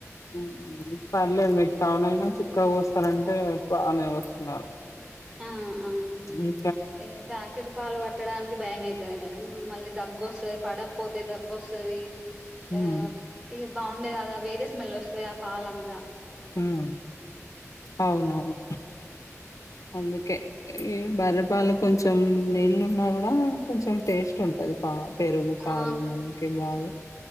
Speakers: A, on the left (about 80°); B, on the right (about 25°).
A: మ్మ్ కు పర్లేదు మీకు టౌన్ అయినా చిక్కగా పోస్తారంటే బానే పోస్తున్నారు
B: ఆ అవునండి
A: మీ
B: ఇగ ప్యాకెట్ పాలు పట్టడానికి భయమయితది మేడం మళ్ళీ దగ్గు వస్తది పడ పోతే దగ్గు వస్తది
A: హ్మ్
B: ఆ ఇ బాగుండేది కదా వేరే స్మెల్ వస్తాయి ఆ పాలంతా
A: మ్మ్ అవునవును అందుకే ఈ బర్రెపాలే కొంచెం నీళ్లు పోసిన కూడా కొంచెం టేస్ట్ ఉంటది పా పెరుగు పాలు
B: ఆ
A: మనకి బాగా